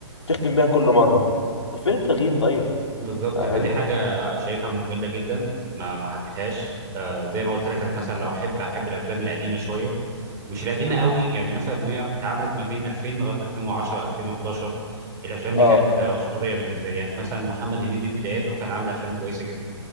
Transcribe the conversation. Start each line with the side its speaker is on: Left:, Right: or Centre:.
Left: تختم بيها كل مره طب فين التغيير طيب؟
Right: بالظبط
Left: يعني-
Right: فدي حاجة شايفها مملة جدا ما ما حبيتهاش آه زي ما قلت لك أنا مثلا لو أحب أحب الأفلام القديمة شوية مش القديمة قوي يعني مثلا إن هي اتعملت ما بين 2000 لغاية 2010 2011 الأفلام دي
Left: اه
Right: كانت آه، أسطورية بالنسبة لي يعني مثلا محمد هنيدي في بداياته كان عامل أفلام كويسة جدا